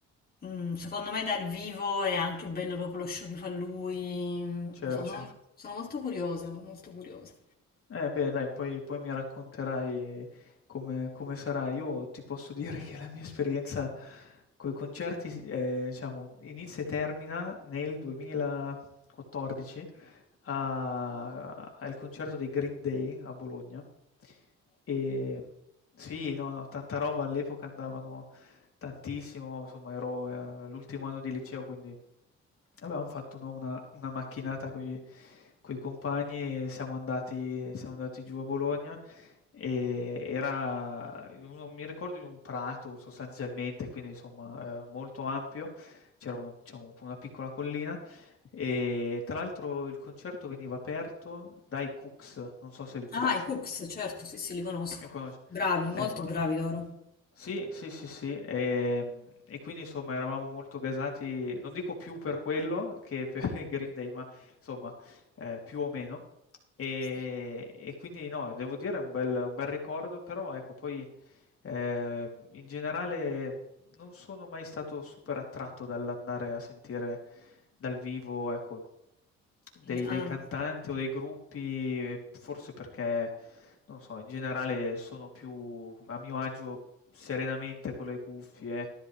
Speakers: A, on the left; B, on the left.
A: Mm, secondo me dal vivo è anche bello proprio lo show che fa lui, mm,
B: certo.
A: non so, sono sono molto curiosa, molto curiosa.
B: Eh, bene, dai, poi, poi mi racconterai come, come sarà. Io ti posso dire che la mia esperienza con i concerti, eh, diciamo, inizia e termina nel 2014 a- al concerto dei Green Day a Bologna. E sì, no, no, tanta roba, all'epoca andavano tantissimo, insomma, ero, eh, l'ultimo anno di liceo, quindi Avevamo fatto no, una, una macchinata con i compagni e siamo andati, siamo andati giù a Bologna e era, non mi ricordo, in un prato sostanzialmente, quindi insomma eh, molto ampio, c'era una, c'è un- una piccola collina e tra l'altro il concerto veniva aperto dai Cooks, non so se li conosci.
A: Ah, i Cooks, certo, sì, sì, li conosco.
B: Li conosci?
A: Bravi, molto
B: Ecco,
A: bravi loro.
B: sì, sì, sì, sì. ehm, E, quindi insomma eravamo molto gasati, non dico più per quello che <laughs> per i Green
A: Mm,
B: Day, ma insomma eh, più o meno. E,
A: Sì.
B: e quindi no, devo dire è un bel, un bel ricordo, però ecco, poi ehm, in generale non sono mai stato super attratto dall'andare a sentire dal vivo, ecco dei
A: E- ah,
B: dei cantanti o dei gruppi, ehm, forse perché, non lo so, in generale sono più a mio agio serenamente con le cuffie,